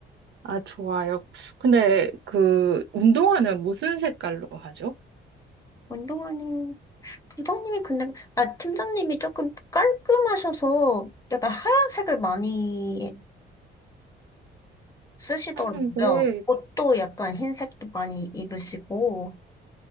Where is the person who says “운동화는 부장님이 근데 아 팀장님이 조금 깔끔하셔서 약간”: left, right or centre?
Left